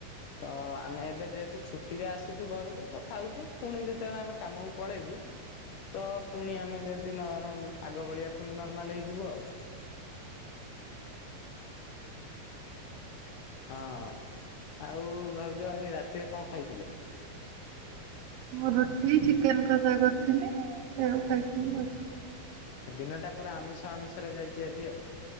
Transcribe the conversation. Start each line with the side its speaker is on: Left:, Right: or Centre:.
Left: ତ ଆମେ ଏବେ ଯେହେତୁ ଛୁଟିରେ ଆସିଚୁ ଘରକୁ ତ ଖାଉଚୁ ପୁଣି ଯେତେବେଳେ ଆମେ କାମ ପଳେଇବୁ ତ ପୁଣି ଆମେସେଦିନ ଆଗ ଭଳିଆ ପୁଣି ନର୍ମାଲ ହେଇଯିବୁ ଆଉ। ହଁ ଆଉ ଭାଉଜ ଆଜି ରାତିରେ କଣଖାଇଥିଲେ।
Right: ମୁଁ ରୁଟି ଚିକେନ୍ କସା କରିଥିଲି ସେଇଆକୁ ଖାଇଥିଲି ଆଉ।
Left: ଦିନଟା ପୁରା ଆମିଷ ଆମିଷ ରେ ଯାଇଚି ଆଜି ଆଉ।